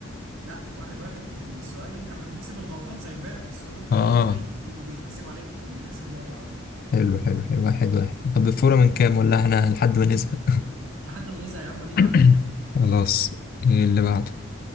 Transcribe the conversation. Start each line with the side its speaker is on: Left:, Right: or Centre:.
Right: لا واحد واحد السؤال اللي احنا بنحسب الغلطات زي امبارح السؤال اللي انت
Left: اه
Right: بتغلط فيه بيتحسب عليك بيتحسب بنقطة على طول
Left: حلو حلو حلو واحد واحد طب الفورة من كام ولا احنا لحد ما نزهق
Right: لحد ما نزهق يا عم
Left: <coughs>
Right: ادينا
Left: <clears throat>
Right: قاعدين
Left: خلاص ايه اللي بعده